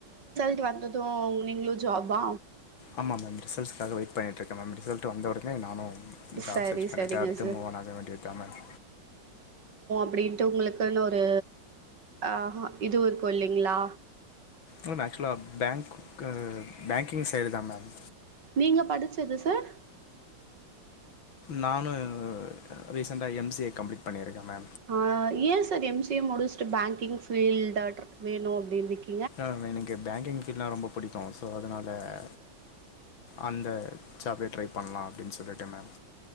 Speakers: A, on the right; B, on the left.
A: ட்டு வந்தது நீங்ளு ஜாப்பா
B: ஆமா மேம் ரிசல்ஸ்காக வெயிட் பண்ணிட்ருக் மேம் ரிசல் ட்டு வந்தவுடனே நானு ஜாப்
A: சரி
B: சர்ச் பண்ணிட்டு
A: சரிங்க
B: அடுத்து
A: சார்
B: மூவன் ஆக வேண்டிதா மேம்
A: ப்பிடின்ட்டு உங்குளுக்குன்னு ஒரு ஆஹ இதுவு இருக்கு இல்லிங்ளா
B: மேம் ஏக்சுவலா பேங்க்க்கு பேங்கிங் சைடுதா மேம்
A: நீங்க படிச்சது சார்
B: நானு ரீசெண்ட்டா எம் சி ஏ கம்ப்ளீட் பண்ணிருக்கே மே
A: ஆ ஏ சார் எம் சி ஏ முடிச்ட்டு பேங்கிங் ஃபீல்ட்டாட்ர் வேணு அப்டின் இர்க்கி
B: ஆம் எனக்கு பேங்கிங் ஃபீல்னா ரொம்ப புடிக்கு சோ அதுனால அ அந்த ஜாப்பே ட்ரை பண்லா அப்டின் சொல்லிட்டு மேம்